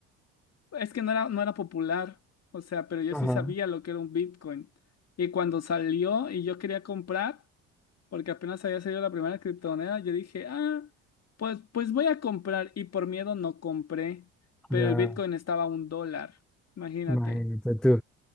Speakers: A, on the left; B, in the centre.
A: es que no era, no era popular. O sea, pero yo
B: Ajá,
A: sí sabía lo que era un Bitcoin. Y cuando salió y yo quería comprar, porque apenas había salido la primera criptomoneda, yo dije, ah, pues, pues voy a comprar. Y por miedo no compré, pero
B: Ya,
A: el Bitcoin estaba a un dólar, imagínate
B: imagínate tú.